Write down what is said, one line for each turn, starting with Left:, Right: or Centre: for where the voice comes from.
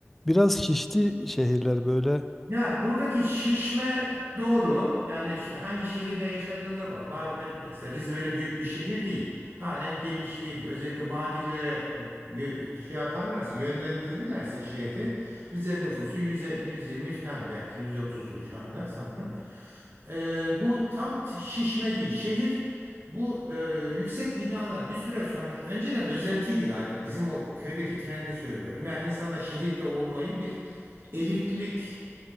Centre: Biraz şişti şehirler böyle.
Right: Ya buradaki şişme doğru. Yani şi- hangi şehirde yaşadığınıza bağlı. Bazı- Mesela Rize öyle büyük bir şehir değil. Halen genişleyebilir. Özellikle vadilere yö- şey yaparlarsa, yönlendirirlerse şehri. Rize'nin nüfusu 100'e 120 falan belki 130'u şu anda sanırım. Ee, bu tam t- şişme değil. Şehir bu e, yüksek binalar bir süre sonra önceden özentiydi galiba. Bizim o köydeki trendi söylüyorum. Yani insanlar şehirde olmayı bir elitlik